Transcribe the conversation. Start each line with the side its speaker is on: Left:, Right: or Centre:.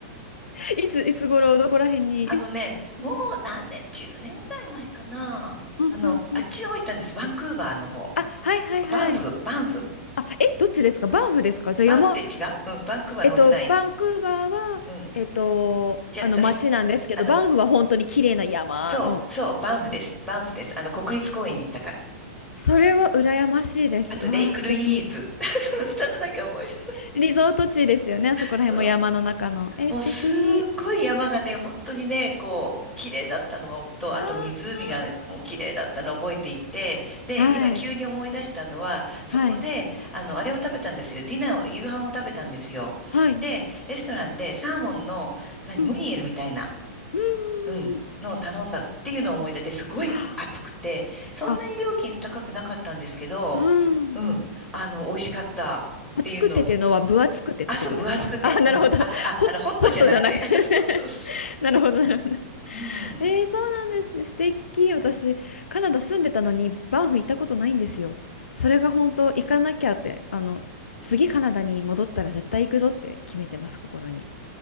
Left: <laughs> いつ、いつ頃、どこら辺に
Centre: あのね、もう何年、10年ぐらい前かな。
Left: うんうんうん。
Centre: あの、あっちの方行ったんです。バンクーバーの方。
Left: あ、はいはいはい。
Centre: バンフ、バンフ。
Left: あ、え、どっちですかバンフですかじゃあ山、
Centre: バンフって違ううん、バンクーバーの方じゃない
Left: えっと、バンクーバーは、
Centre: うん。
Left: えっと、
Centre: じゃあ、
Left: あの街なんですけど、
Centre: 私、あの、
Left: バンフは本当に綺麗な山の。
Centre: そう、そう、バンフです。バンフです。あの、国立公園に行ったから。
Left: それは羨ましいです。
Centre: あと、
Left: わあ、
Centre: レイクルイーズ。
Left: 素敵。
Centre: <laughs> その二つだけ覚えてる。
Left: リゾート地ですよね。あそこら辺も山の中の。
Centre: そう。
Left: えー、
Centre: もうすっごい山がね、
Left: 素敵。
Centre: 本当にね、こう、綺麗だったのと、あと湖がもう綺麗だったのを覚えていて、
Left: あー
Centre: で、
Left: はい。
Centre: 今急に思い出したのは、そこで、
Left: はい。
Centre: あの、あれを食べたんですよ。ディナーを、夕飯を食べたんですよ。
Left: はい。
Centre: で、レストランでサーモンの、何、
Left: うん。
Centre: ムニエルみたいな、
Left: うー
Centre: うん、
Left: ん。
Centre: のを頼んだっていうのを思い出して、すごい暑くて、
Left: は
Centre: そんなに料金高くなかったんですけど、
Left: あ、あ、うん。
Centre: うん、あの、美味しかった。
Left: 厚くてっていうのは分厚くてってことですか
Centre: っていうのあ、そう、分厚くて。
Left: <laughs> あ、なるほど。
Centre: うん。あ、
Left: <laughs>
Centre: あ、
Left: ホッ、
Centre: あの、ホットじゃなくて。
Left: ホットじゃなくて
Centre: <laughs> そうそうそうそ
Left: <laughs> なるほど、なるほど。
Centre: う。うん。
Left: えー、そうなんですね。素敵。私、カナダ住んでたのに、バンフ行ったことないんですよ。それが本当、行かなきゃって、あの、次カナダに戻ったら絶対行くぞって決めてます、心に。